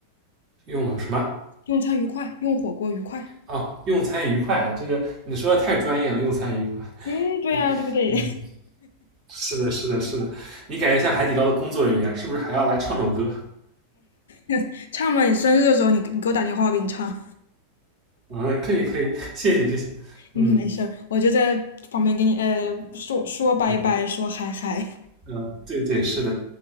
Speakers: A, on the right (about 35°); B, on the left (about 65°).
A: 用什么？
B: 用餐愉快，用火锅愉快。
A: 哦，用餐愉快，这个你说的太专业了，用餐愉快。
B: 嗯，对呀，
A: 嗯嗯，
B: 对不对？
A: <laughs> 是的，是的，是的，你感觉像海底捞的工作人员，是不是还要来唱首歌？
B: <laughs> 唱嘛，你生日的时候你你给我打电话，我给你唱。
A: 嗯，可以可以，谢谢谢谢。
B: <laughs> 嗯，
A: 嗯
B: 没事儿，我就在旁边给你呃说说拜拜，
A: 嗯
B: 说嗨嗨。
A: 嗯，对对，是的，